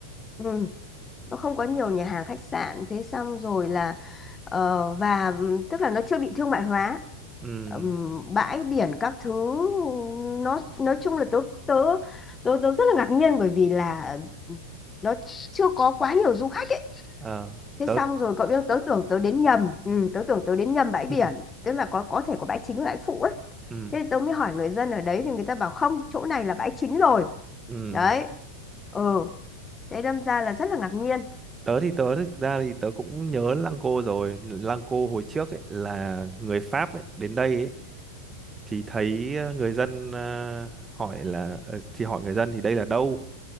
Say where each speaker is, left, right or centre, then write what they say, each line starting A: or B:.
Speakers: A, on the left (about 15°); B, on the right (about 15°).
A: ừ nó không có nhiều nhà hàng khách sạn thế xong rồi là ờ, và tức là nó chưa bị thương mại hóa
B: ừm
A: Ừm, bãi biển các thứ nó nói chung là tớ tớ tớ tớ rất là ngạc nhiên bởi vì là nó chưa có quá nhiều du khách ấy
B: Ờ,
A: thế
B: tớ
A: xong rồi cậu biết không tớ tưởng tớ đến nhầm ừ, tớ tưởng tớ đến nhầm bãi biển
B: <laughs>
A: tức là có có thể có bãi chính và bãi phụ ấy
B: ừm
A: thế tớ mới hỏi người dân ở đấy thì người ta bảo không chỗ này là bãi chính rồi
B: ừm
A: đấy ừ thế đâm ra là rất là ngạc nhiên
B: tớ thì tớ thực ra thì tớ cũng nhớ Lăng Cô rồi Lăng Cô hồi trước ấy là người Pháp ấy đến đây ấy thì thấy ờ, người dân ờ, hỏi là ờ, thì hỏi người dân thì đây là đâu